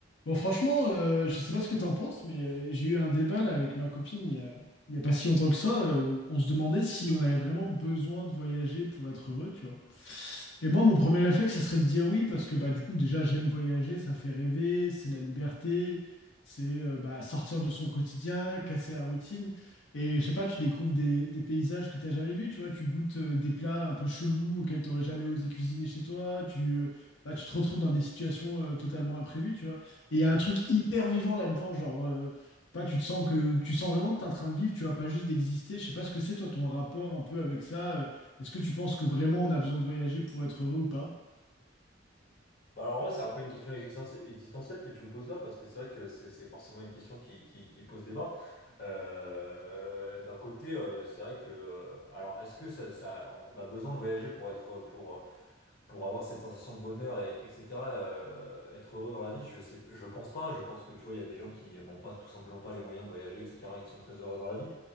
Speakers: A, on the left; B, on the left.
A: Bon, franchement, euh, je sais pas ce que t'en penses, mais euh, j'ai eu un débat là, avec ma copine il y a, il y a pas si longtemps que ça. euh, on se demandait si on avait vraiment besoin de voyager pour être heureux, tu vois. Et moi, mon premier réflexe, ça serait de dire oui, parce que bah, du coup, déjà, j'aime voyager, ça fait rêver, c'est la liberté, c'est euh, bah, sortir de son quotidien, casser la routine. Et je sais pas, tu découvres des, des paysages que tu n'as jamais vus, tu vois, tu goûtes euh, des plats un peu chelous auxquels tu n'aurais jamais osé cuisiner chez toi, tu, euh, bah, tu te retrouves dans des situations euh, totalement imprévues, tu vois. Et il y a un truc hyper vivant là-dedans, genre, euh, je sais pas, tu te sens que, tu sens vraiment que tu es en train de vivre, tu vois, pas juste d'exister. Je sais pas ce que c'est, toi, ton rapport un peu avec ça. euh, est-ce que tu penses que vraiment on a besoin de voyager pour être heureux ou pas?
B: Bah alors, en vrai, c'est un peu une question existen- existentielle que tu me poses là, parce que c'est vrai que c'est c'est forcément une question qui, qui, qui pose débat. Euh, d'un côté, euh, c'est vrai que, euh, alors, est-ce que ça, ça, on a besoin de voyager pour être, pour, pour avoir cette sensation de bonheur et etc. euh, être heureux dans la vie, je sais, je pense pas. Je pense que tu vois, il y a des gens qui n'ont pas tout simplement pas les moyens de voyager, etc. et qui sont très heureux dans la vie.